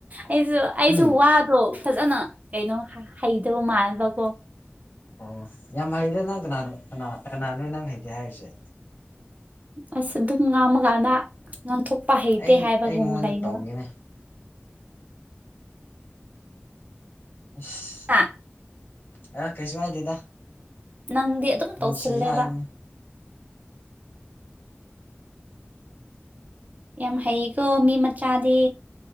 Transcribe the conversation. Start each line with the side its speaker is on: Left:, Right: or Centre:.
Right: ꯑꯩꯁꯨ ꯑꯩꯁꯨ
Left: ꯎꯝ
Right: ꯋꯥꯗ꯭ꯔꯣ꯫ ꯐꯖꯅ ꯀꯩꯅꯣ ꯍꯩꯗꯧ ꯃꯥꯟꯕ ꯀꯣ꯫
Left: ꯑꯣ ꯌꯥꯝ ꯍꯩꯔꯦ ꯅꯪ ꯀꯅꯥ ꯀꯅꯥ ꯀꯅꯥꯅꯣ ꯅꯪ ꯍꯩꯇꯦ ꯍꯥꯏꯔꯤꯁꯦ?
Right: ꯑꯁ ꯑꯗꯨꯝ ꯉꯥꯡꯃꯀꯥꯟꯗ ꯉꯥꯡꯊꯣꯛꯄ ꯍꯩꯇꯦ
Left: ꯑꯩ
Right: ꯍꯥꯏꯕꯒꯨꯝ
Left: ꯑꯩ ꯃꯉꯣꯟꯗ
Right: ꯂꯩꯅꯦꯕ꯫
Left: ꯇꯧꯒꯦꯅꯦ <unintelligible>
Right: ꯍꯥ
Left: ꯑ ꯀꯩꯁꯨ ꯍꯥꯏꯗꯦꯗ꯫
Right: ꯅꯪꯗꯤ ꯑꯗꯨꯝ
Left: ꯅꯨꯡꯁꯤ
Right: ꯇꯧꯁꯤꯜꯂꯦꯕ꯫
Left: ꯍꯥꯏꯕꯅꯤ
Right: ꯌꯥꯝ ꯍꯩꯀꯣ ꯃꯤ ꯃꯆꯥꯗꯤ꯫